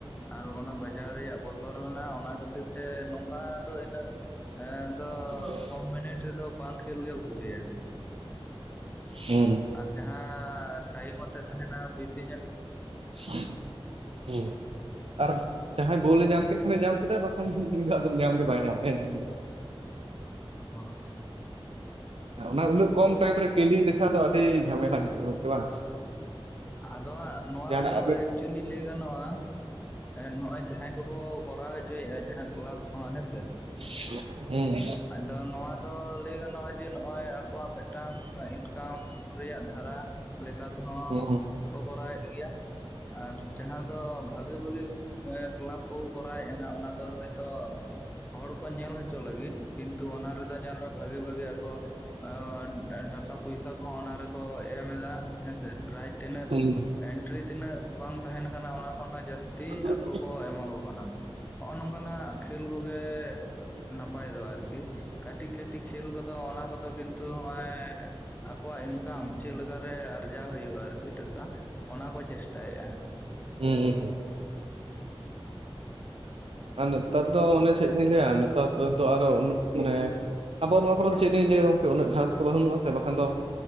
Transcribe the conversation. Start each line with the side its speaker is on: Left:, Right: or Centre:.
Left: ᱟᱨ ᱚᱱᱟ ᱵᱟᱡᱟᱨ ᱨᱮᱭᱟᱜ ᱵᱚᱛᱚᱨ ᱢᱮᱱᱟᱜᱼᱟ, ᱚᱱᱟ ᱠᱷᱟᱹᱛᱤᱨ ᱛᱮ ᱱᱚᱝᱠᱟ ᱫᱚ ᱤᱱᱟᱹᱜ ᱦᱮᱸ ᱫᱚ
Right: <inaudible>
Left: ᱠᱚᱢ ᱢᱤᱱᱤᱴ ᱨᱮᱫᱚ ᱵᱟᱝ ᱠᱷᱹᱮᱞ ᱜᱮ ᱵᱷᱟᱜᱮᱭᱟ ᱾
Right: ᱦᱮᱸ
Left: ᱟᱨ ᱡᱟᱦᱟᱸ ᱴᱟᱭᱤᱢ ᱟᱛᱮᱫ ᱛᱟᱦᱮᱸᱱᱟ ᱵᱮᱥᱤ ᱧᱚᱜ
Right: <inaudible> ᱦᱮᱸ ᱟᱨ ᱡᱟᱦᱟᱸᱭ ᱵᱳᱞ ᱮ ᱧᱟᱢ ᱠᱮᱫ ᱠᱷᱟᱱᱮ ᱧᱟᱢ ᱠᱮᱫᱟ ᱵᱟᱠᱷᱟᱱ ᱩᱱᱤᱚᱢ ᱧᱟᱢ ᱜᱮ ᱵᱟᱭ ᱧᱟᱢ ᱠᱮᱫ ᱦᱮᱸᱥᱮ?
Left: ᱦᱳᱭ᱾
Right: ᱚᱱᱟ ᱩᱱᱟᱹᱜ ᱠᱚᱢ ᱴᱟᱭᱤᱢ ᱨᱮ ᱠᱮᱞᱤ ᱫᱮᱠᱷᱟ ᱫᱚ ᱟᱹᱰᱤ ᱡᱷᱟᱢᱮᱞᱟ ᱜᱮ ᱜᱚᱝᱠᱮ ᱵᱟᱝ?
Left: ᱟᱫᱚ ᱦᱟᱸᱜ ᱱᱚᱣᱟ
Right: ᱡᱟᱦᱟᱱᱟᱜ
Left: ᱠᱚ ᱫᱚ ᱮᱠᱪᱩᱭᱮᱞᱤ ᱞᱟᱹᱭ ᱜᱟᱱᱚᱜᱼᱟ, ᱦᱮᱸ ᱱᱚᱜᱚᱭ ᱡᱟᱦᱟᱸᱭ ᱠᱚᱼᱠᱚ ᱠᱚᱨᱟᱣ ᱦᱚᱪᱚᱭᱮᱫᱼᱟ ᱡᱟᱦᱟᱸ ᱠᱞᱳᱟᱯ ᱠᱚᱦ ᱦᱮᱸ ᱥᱮ?
Right: <unintelligible> ᱦᱩᱸ
Left: ᱟᱫᱚ ᱱᱚᱣᱟ ᱫᱚ ᱞᱟᱹᱭ ᱜᱟᱱᱚᱜᱼᱟ ᱡᱮ ᱱᱚᱜᱼᱚᱭ ᱟᱠᱚᱣᱼᱟᱜ ᱢᱤᱫ ᱢᱤᱫᱴᱟᱝ ᱤᱱᱠᱟᱢ ᱨᱮᱭᱟᱜ ᱫᱷᱟᱨᱟ ᱞᱮᱠᱟ ᱛᱮᱦᱚᱸ
Right: ᱦᱩᱸ
Left: ᱠᱠᱚ ᱠᱚᱨᱟᱣᱮᱫ ᱜᱮᱭᱟ ᱟᱨ ᱡᱟᱦᱟᱸ ᱫᱚ ᱵᱷᱟᱜᱤ ᱵᱷᱟᱹᱜᱤ ᱠᱞᱟᱵᱽ ᱠᱚ ᱠᱚᱨᱟᱣᱮᱫ ᱦᱟᱜ ᱚᱱᱟ ᱫᱚ ᱦᱳᱭᱛᱳ ᱦᱚᱲ ᱠᱚ ᱧᱮᱞ ᱦᱚᱪᱚ ᱞᱟᱹᱜᱤᱫ ᱠᱤᱱᱛᱩ ᱚᱱᱟ ᱨᱮ ᱧᱮᱞ ᱢᱮ ᱵᱷᱟᱜᱤ ᱵᱷᱟᱜᱤ ᱟᱠᱚ ᱳᱸ ᱳ ᱴᱟᱠᱟ ᱯᱚᱭᱥᱟ ᱠᱚ ᱦᱚᱸ ᱚᱱᱟ ᱨᱮ ᱠᱚ ᱮᱢ ᱮᱫᱟ ᱦᱮᱸᱥᱮ ᱯᱨᱟᱭ ᱛᱤᱱᱟᱹᱜ
Right: ᱦᱩᱸ
Left: ᱮᱱᱴᱨᱤ ᱛᱤᱱᱟᱹᱜ ᱵᱟᱝ ᱛᱟᱦᱮᱱ ᱠᱟᱱᱟ ᱚᱱᱟ ᱠᱷᱚᱱ ᱦᱚᱸ ᱡᱟᱹᱥᱛᱤ
Right: ᱦᱩᱸ
Left: ᱟᱠᱚ ᱠᱚ ᱮᱢᱟ ᱠᱚ ᱠᱟᱱᱟ᱾ ᱚᱦᱳᱱ ᱱᱚᱝᱠᱟᱱᱟᱜ ᱠᱷᱮᱞ ᱠᱚ ᱜᱮ ᱱᱟᱯᱟᱭ ᱫᱚ ᱟᱨᱠᱤ ᱠᱟᱹᱴᱤᱡ ᱠᱟᱹᱴᱤᱡ ᱠᱷᱮᱞ ᱠᱚ ᱫᱚ ᱚᱱᱟ ᱠᱚ ᱫᱚ ᱠᱤᱱᱛᱩ ᱱᱚᱜᱼᱚᱭ ᱟᱠᱚᱣᱟᱜ ᱤᱱᱠᱟᱢ ᱪᱮᱫᱞᱠᱟᱨᱮ ᱟᱨᱡᱟᱣ ᱦᱩᱭᱩᱜᱼᱟ ᱟᱨᱠᱤ ᱴᱟᱠᱟ, ᱚᱱᱟ ᱠᱚ ᱪᱮᱥᱴᱟᱭᱮᱫᱼᱟ
Right: ᱦᱩᱸᱼᱦᱩᱸ ᱦᱩᱸ ᱟᱨ ᱱᱮᱛᱟᱨ ᱫᱚ ᱚᱱᱮ ᱪᱮᱫ ᱤᱧ ᱞᱟᱹᱭᱟ ᱱᱮᱛᱟᱨ ᱫᱚ ᱟᱨᱚ ᱩᱱᱟᱹᱜ ᱢᱟᱱᱮ ᱟᱵᱚ ᱱᱚᱣᱟ ᱠᱚᱨᱮ ᱫᱚ ᱪᱮᱫ ᱪᱮᱫ ᱞᱤᱧ ᱞᱟᱹᱭᱫᱟ ᱜᱚᱝᱠ ᱩᱱᱟᱹᱜ ᱜᱷᱟᱥ ᱫᱚ ᱵᱟᱹᱱᱩᱜᱼᱟᱥᱮ ᱵᱟᱠᱷᱟᱱ ᱫᱚ